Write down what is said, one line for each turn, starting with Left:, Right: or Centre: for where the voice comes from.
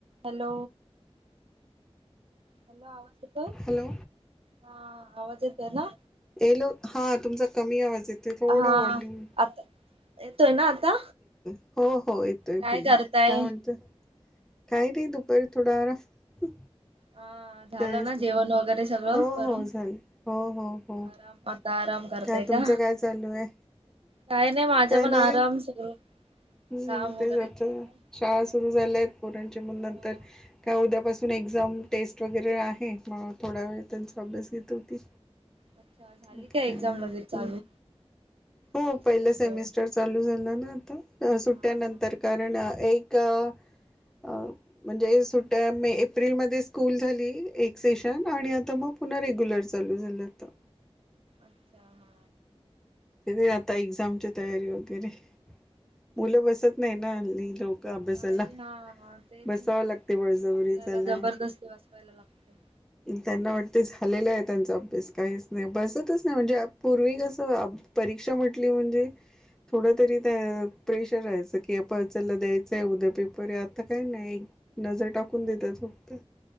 Right: Hello hello आवाज येतो
Centre: hello
Right: ह, आवाज येत ना?
Centre: येलो हा तुमचा कमी आवाज येतोय थोडा
Right: हा
Centre: व्हॉल्यूम
Right: आता येतोय ना आता?
Centre: हो हो. येतोय
Right: काय
Centre: फुल्ल
Right: करताय
Centre: काय म्हणतोय? काही नाही दुप पर थोडा आराम
Right: हा झालं
Centre: काहीच
Right: ना
Centre: नाही,
Right: जेवण वगैरे सगळं
Centre: हो
Right: करून
Centre: हो झाले. हो हो हो.
Right: आराम आता आराम करताय
Centre: काय तुमचं
Right: का
Centre: काय चालू हाय?
Right: काय नाही माझं
Centre: काय
Right: पण
Centre: नाही
Right: आराम सगळं
Centre: हम्म
Right: काम वगैरे
Centre: ते रोजच्या
Right: केलं.
Centre: शाळा सुरु झाल्या आहेत, पोरांच्या म नंतर
Right: हो
Centre: त्या उद्यापासून पुन्हा एक्झाम टेस्ट वगैरे आहे, म थोडा वेळ त्यांचा अभ्यास घेत होती.
Right: अच्छा झाली
Centre: बाकी
Right: का एक्झाम
Centre: काही नाइ
Right: लगेच चालू
Centre: आणि? हो
Right: टेस्ट
Centre: पहिलं
Right: चालू
Centre: सेमिस्टर
Right: आहे
Centre: चालू झा ल ना अ आता सुट्यानंतर
Right: हा
Centre: कारण एक अ म्हणजे सुट्टया मे एप्रिल मध्ये, स्कूल झाली एक सेशन आणि आता म पुन्हा रेग्युलर चालू झालं आता.
Right: अच्छा हा.
Centre: तेथे आता एक्झामची तयारी वगैरे मुलं बसत नाही ना लइ लवक अभ्यासाला
Right: नाही हा तेच
Centre: बसावं
Right: ना
Centre: लागते
Right: आपल्याला
Centre: बळजबरी त्यांला.
Right: जबरदस्ती बसवायला लागते.
Centre: त्यांना वाटत झालेलं आहे, त्यांचा अभ्यास काहीच नाही बसतच नाही म्हणजे अ पूर्वी कसं अ परीक्षा म्हटली म्हणजे थोडं तरी ते प्रेशर राहायचं की, आप चला द्यायचंय उद्या पेपरये आता काही नाही. नजर टाकून देतात फक्त.